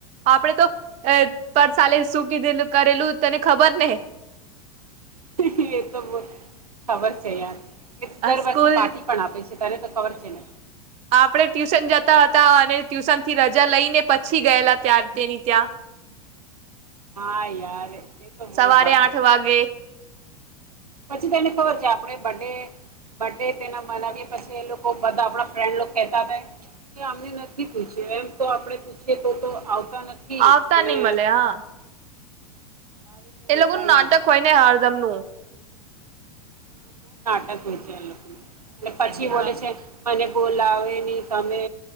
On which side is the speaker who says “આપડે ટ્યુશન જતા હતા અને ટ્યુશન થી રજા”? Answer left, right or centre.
Right